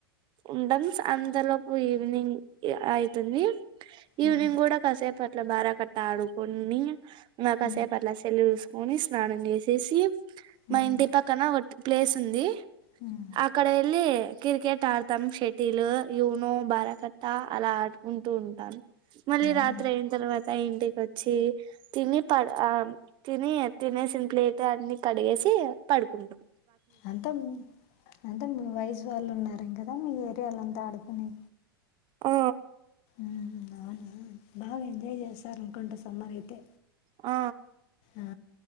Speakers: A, on the right; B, on the left.
A: ఉంటాం అంతలోపు ఈవినింగ్ అయ్తుంది
B: మ్మ్.
A: ఈవ్నింగ్ కూడా కాసేపట్ ఇట్లా బారా కట్టా ఆడుకోనీ మ కాసేపు
B: మ్మ్.
A: అట్ల సెల్లు చూస్ పోనిస్ స్నానం చేసేసి
B: మ్మ్.
A: మాఇంటి పక్కన ఒద్ ప్లేసుంది
B: మ్మ్.
A: అక్కడఎల్లి కిర్కెట్ ఆడతాం షటిల్ యూనో బారకత్తా అలా ఆడుకుంటూ ఉంటాం మళ్ళీ
B: అవును
A: రాత్రి అయిన తర్వాత ఇంటిక్ వచ్చి తిని పడు తిని తినేసిన ప్లేట్ అన్ని కడిగేసి పడుకుంటం
B: అంతం అంత మీ వయసు వాళ్ళు ఉన్నారు ఇక్కడ మీ ఏరియాలో ఉంటా అడుకునే
A: ఆ
B: ఆమ్ అవునా బాగా ఎంజాయ్ చేశారు అనుకుంట సమ్మర్ అయితే
A: ఆ
B: ఆ